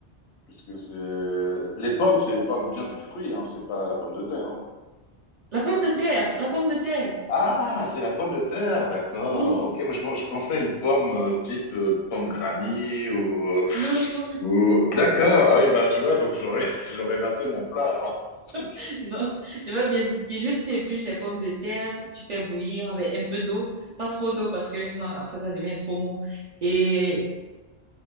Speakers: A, on the left; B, on the right.
A: puisque c'est les pommes, c'est on parle bien du fruit, hein, c'est pas la pomme de terre. hein.
B: la pomme de terre, la pomme de terre.
A: Ah, c'est la pomme de terre, d'accord.
B: Oui.
A: Ok, moi je, pen- je pensais à une pomme euh, type euh, pomme granny ou, euh,
B: Non, non,
A: ou- D'accord. Ah oui, bah tu vois, donc j'aurais <laughs> j'aurais raté mon plat alors. <laughs> Donc,
B: <laughs> non. Je veux bien dire que juste tu épluches les pommes de terre, tu fais bouillir avec un peu d'eau, pas trop d'eau parce que sinon après ça devient trop mou. Et